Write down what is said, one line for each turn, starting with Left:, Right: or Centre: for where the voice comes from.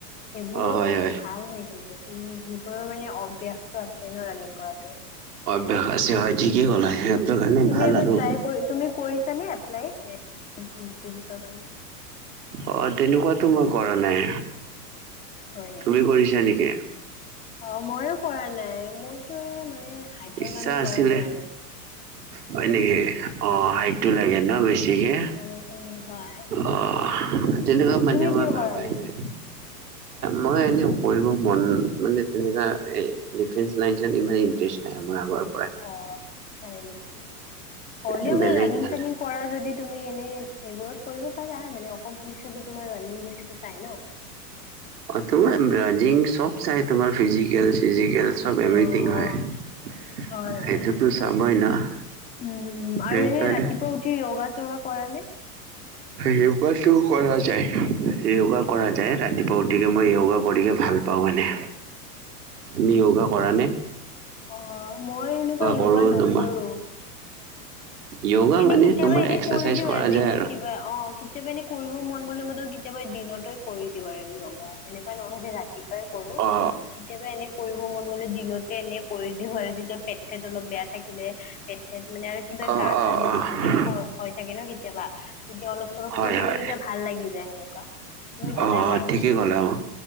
Left: সেইবোৰৰ
Right: অ হয়
Left: কাৰণে
Right: হয়।
Left: ভাল হয় কিন্তু উম, সেইবোৰৰ মানে অভ্যাসটো আছে ন' ৰানিং কৰাটো।
Right: <unintelligible> সিহঁতৰ কাৰণে
Left: তুমি
Right: ভাল
Left: এবাৰ
Right: আৰু
Left: ট্ৰাই কৰি তুমি কৰিছা নে এপ্লাই? পুলিচৰ কাৰণে।
Right: অ', তেনেকুৱাতো মই কৰা নাই
Left: হয় নেকি
Right: তুমি কৰিছা নেকি?
Left: অ', ময়ো কৰা নাই মোৰতো মানে হাইটৰ
Right: ইচ্ছা
Left: কাৰণে
Right: আছিলে
Left: কৰা নাই আৰু।
Right: হয়, নেকি অ, হাইটটো লাগে ন বেছিকে
Left: উম উম হয়
Right: অ', তেনেকুৱা মানে
Left: তুমি
Right: মই
Left: কিয়
Right: ভাবায়
Left: কৰা
Right: নাই। মই এনে কৰিব মন মানে তেনেকুৱা ডিফে লাইন ইমান ইণ্টাৰেষ্ট নাই মোৰ আগৰ পৰাই
Left: অ', হয় নেকি, হলে
Right: এ বেলেগ
Left: মানে ৰানিং
Right: ভাল
Left: চানিং কৰা যদি তুমি এনে সেইবোৰত কৰিব পাৰা মানে অসম পুলিচতো তোমাৰ ৰাণিং বেছিকে চাই ন।
Right: অ', তোমা ৰানিং চব চাই তোমাৰ ফিজিকেল চিজিকেল চব
Left: অ
Right: এভ্ৰিথিং
Left: অ
Right: হয়
Left: হয়
Right: সেইটোটো
Left: হয়
Right: চাবই ন'।
Left: উম, উম,
Right: সেইকাৰণে
Left: আৰু এনে ৰাতিপুৱা উঠি য়োগা চোগা কৰা নে?
Right: য়োগাটো কৰা যায় য়োগা কৰা
Left: অঁ
Right: যায় ৰাতিপুৱা উঠ মই য়োগা কৰিকে ভাল পাওঁ মানে, তুমি য়োগা কৰা নে?
Left: অ', মই এনেকুৱা য়োগা
Right: কৰো
Left: নকৰো।
Right: তোমাৰ য়োগা
Left: এনে
Right: মানে
Left: কেতিয়াবা
Right: তোমাৰ
Left: এনে
Right: এক্সাৰচাইজ
Left: কৰি দিওঁ
Right: কৰা
Left: আৰু দিনত
Right: যায়
Left: কিবা অ', কেতিয়াবা এ কৰিব মন গ'লে মইতো কেতিয়াবা দিনত কৰি দিওঁ আৰু য়োগা সেনেকুৱা নহয় যে ৰাতি কৰোঁ
Right: অ
Left: কেতিয়াবা এনে কৰিব মন গলে দিনতে এনে কৰি দিওঁ আৰু যেতিয়া পে পেট অলপ বেয়া থাকিলে পেট চট মানে আৰু কিবা
Right: অ
Left: গা
Right: অ
Left: চা বিষ
Right: অ
Left: বিষ হৈ থাকে ন' কেতিয়াবা, তেতিয়া অলপ চলপ
Right: হয়
Left: কৰি
Right: হয়
Left: দিওঁ তেতিয়া ভাল লাগি যায় সেনেকুৱা। তুমি সদায়
Right: অ',
Left: কৰা
Right: ঠিকেই ক'লা অ,